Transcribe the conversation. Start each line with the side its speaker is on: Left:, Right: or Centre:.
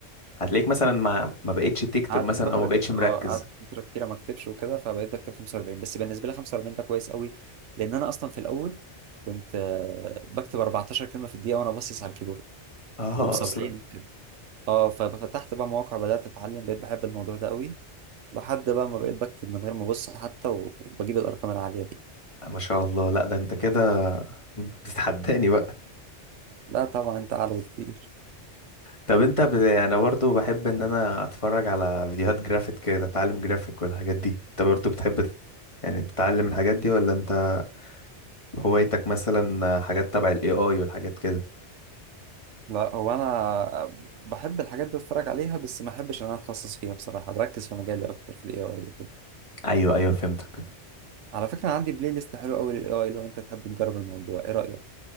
Left: هتلاقيك مثلا ما ما بقتش تكتب
Right: قعدت
Left: مثلا
Right: فترة
Left: او ما بقتش مركز
Right: اه قعدت فترة كتيرة ما اكتبش وكده فبقيت بكتب 45 بس بالنسبة لي 45 ده كويس قوي لأن أنا أصلا في الأول كنت آه، بكتب 14 كلمة في الدقيقة وأنا باصص على الكيبورد
Left: اه
Right: وب70
Left: اصلا
Right: اه ففتحت بقى مواقع بدأت اتعلم بقيت بحب الموضوع ده قوي لحد بقى ما بقيت بكتب من غير ما ابص حتى و- وبجيب الارقام العالية دي
Left: ما شاء الله لا ده انت كده <laughs> بتتحداني بقى
Right: لا طبعا انت اعلى بكتير
Left: طب انت ب... انا برضو بحب ان انا اتفرج على فيديوهات جرافيك كده اتعلم جرافيك والحاجات دي انت برضو بتحب تت- يعني تتعلم الحاجات دي ولا انت هوايتك مثلا حاجات تبع الاي اي والحاجات كده
Right: لا هو انا بحب الحاجات دي اتفرج عليها بس ما احبش ان انا اتخصص فيها بصراحة بركز في مجالي اكتر في الاي اي وكده
Left: ايوه ايوه فهمتك
Right: على فكرة عندي بلاي ليست حلو قوي للاي اي لو انت تحب نجرب الموضوع ايه رأيك